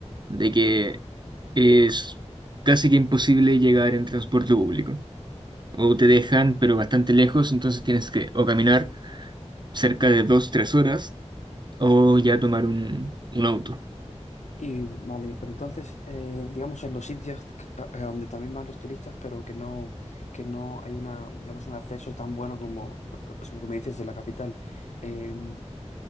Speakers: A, on the right; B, on the left.
A: de que es casi que imposible llegar en transporte público. o te dejan, pero bastante lejos, entonces tienes que o caminar cerca de dos, tres horas o ya tomar un, un auto.
B: Y vale, pero entonces, eh, digamos, en los sitios que- a a donde también van los turistas, pero que no, que no hay una, digamos, un acceso tan bueno como eh, eh, lo que me dices de la capital. em,